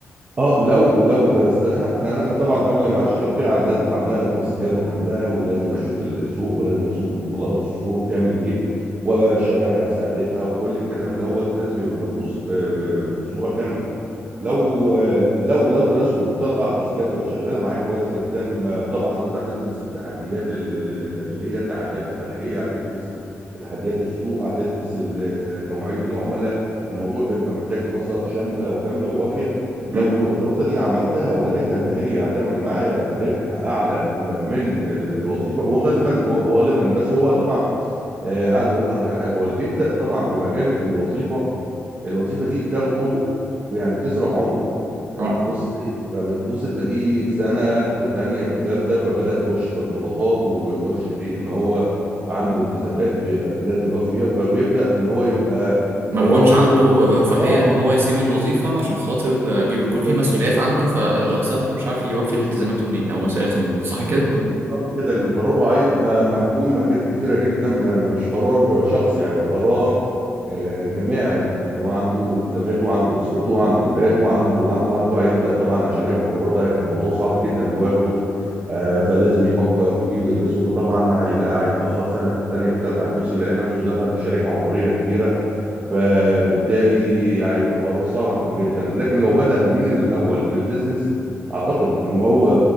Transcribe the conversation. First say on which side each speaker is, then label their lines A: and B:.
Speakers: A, on the right; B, on the right.
A: اه لو لو درستها لان انا طبعا قبل ما اشتغل فيها لازم تعمل لها دراسه جدوى كامله ولازم اشوف السوق ولازم اشوف متطلبات السوق كامل ايه والشرائح اللي هستهدفها وكل الكلام دوت لازم يبقى مدروس ب- ب- بصوره كامله لو
B: صح
A: لو لو درسته وطلع دراسه جدوى شغاله معايا كويس جدا ما- طبعا انت هتدرس التحديات ال- ال- الداخليه التحديات الخارجيه هتدرس تحديات السوق هتدرس ال- نوعيه العملاء الموضوع بيبقى محتاج دراسه شامله وكامله ووافيه لو
B: مم.
A: الدراسه دي عملتها ولقيتها ان هي هتعمل معايا ربح اعلى م- من ال- الوظيفه وغالبا وغالبا بس هو طبعا آه، عايز اقول لحضرتك على حاجه هو اللي بيبدا طبعا في مجال الوظيفه الوظيفه دي بتاخده يعني بتسرع عمره آه،
B: اه
A: بتبص تلاقيه آه، بتبص تلاقيه سنه في الثانيه في الثالثه فبدا يخش في ارتباطات ويخش في ان هو عنده التزامات بي... لازم يوفي فيها فبيبدا ان هو يبقى
B: ما
A: قراره
B: بيكونش عنده رفاهية
A: اه
B: ان هو يسيب الوظيفة عشان خاطر بي- بيكون في
A: بالظبط
B: مسؤوليات عنده فلو سابها مش عارف يوفي التزاماته منين او مسؤولياته منين صح كده
A: بالظبط كده لان قراره هيبقى محكوم بحاجات كتيره جدا ما- مش قرار شخصي هيبقى قرار آه، جماعي لان هو عنده التزاماته وعنده اسرته وعنده اولاده وعنده وعنده وعنده هيبدا طبعا عشان ياخد القرار ده هيبقى الموضوع صعب جدا ان هو ياخده آه، فلازم يفكر فيه ويدرسه فطبعا هيلاقي هيتاخر سنه في الثانيه في الثالثه هيبص يلاقي نفسه دخل في شريحه عمريه كبيره فبالتالي هيبقى قرار صعب جدا لكن لو بدأ من الأول في البيزنس أعتقد إن هو